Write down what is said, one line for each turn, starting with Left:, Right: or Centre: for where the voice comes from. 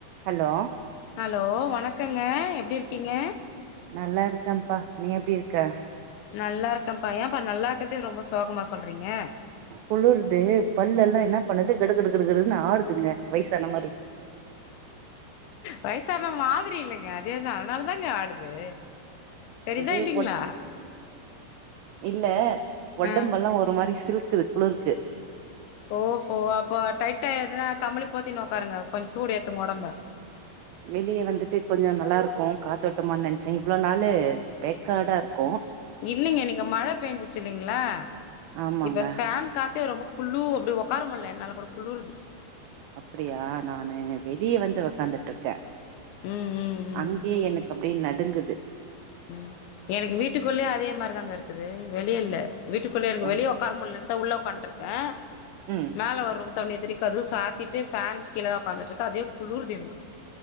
Right: Hello
Left: hello வணக்கங்க எப்டி இருக்கீங்க
Right: நல்லா இருக்கேப்பா நீ எப்டி இருக்க
Left: நல்லா இருக்கேப்பா ஏப்பா நல்லா இருக்றதே ரொம்ப சோகமா சொல்றீங்க
Right: குளூறுது பல்லெல்லா என்னா பண்ணுது கிடு கிடு கிடுதுன்னு ஆடுதுங்க வயசான மாரி
Left: வயசான மாதிரி இல்லங்க அதேதா அதனாலதாங்க ஆடுது தெரிதா
Right: அது
Left: இல்லைங்களா
Right: ஒன் இல்ல ஒடம்பெல்லா
Left: ஆ
Right: ஒரு மாரி சிலுக்குது குளிருக்கு
Left: ஓஹோ அப்போ டைட்டா எதுனா கம்ளி போத்தினு ஒக்காருங்க கொஞ்ச் சூடேத்துங்க உடம்ப
Right: வெளிய வந்துட்டு கொஞ்சோ நல்லாருக்கு காத்தோட்டமானு நெனச்சே இவ்ளோ நாலு வெக்காடாருக்கு
Left: இல்லிங்க நீங்க மழ பேஞ்சிச்சி இல்லைங்ளா
Right: ஆமாங்க
Left: இப்ப ஃபேன் காத்தே ரொம்ப குளூ அப்டி உக்கார முடில என்னால கூட குழூறுது
Right: அப்டியா நானு வெளிய வந்து ஒக்காந்துட்ருக்கே
Left: ம் ம் ம்
Right: அங்கயே எனக்கு அப்டியே நடுங்குது
Left: ம் எனக்கு வீட்டுக்குள்ளயே அதேமாரி தாங்க இருக்குது வெளிய இல்ல வீட்டுக்குள்ளே எனக்கு
Right: ஓ,
Left: வெளிய ஒக்காரமுள்ளன்ட்டு தா உள்ள உக்காண்ட்ருக்கே
Right: ம்
Left: மேல ஒரூம் இத்தண்ணியு கதவ சாத்திட்டு ஃபேன் கீழ தா உக்காந்துட்ருக்கே அதுவே குளுருது எனக்கு